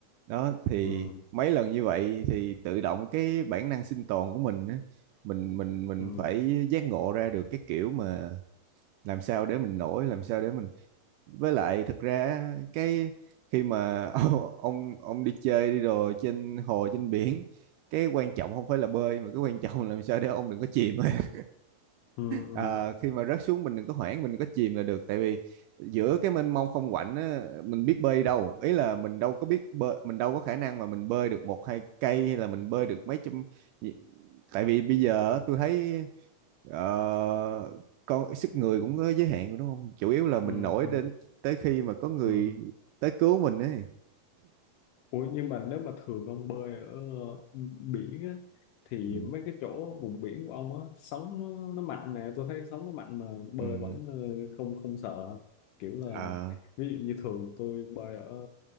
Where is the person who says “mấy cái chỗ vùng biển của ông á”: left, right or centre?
Left